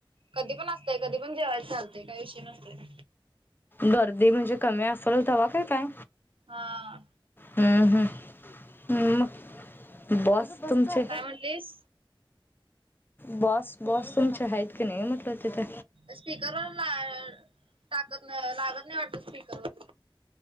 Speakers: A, on the right; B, on the left.
A: कधी पण असतं कधी पण जेवायच चालतंय काही विषय नसतं
B: गर्दी म्हणजे कमी असलं तवा का काय
A: हा
B: हम्म हम्म हम्म मग बॉस तुमचे
A: काय म्हटलीस?
B: बॉस बॉस तुमच्या आहेत की नाही म्हटलं तिथं
A: स्पीकरवर ला टाकत लागतं नाही वाटत स्पीकरवर